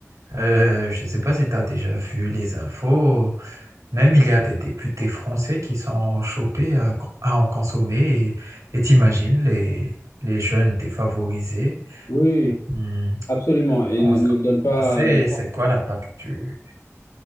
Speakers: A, on the right (about 85°); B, on the left (about 80°).
A: je ne sais pas si tu as déjà vu les infos, même il y a des députés français qui sont chopés à, à en consommer et et t'imagines les, les jeunes défavorisés.
B: Oui,
A: hmm,
B: absolument. Ils
A: On,
B: ne il ne donnent pas
A: on sait
B: l'exemple.
A: c'est quoi l'impact du...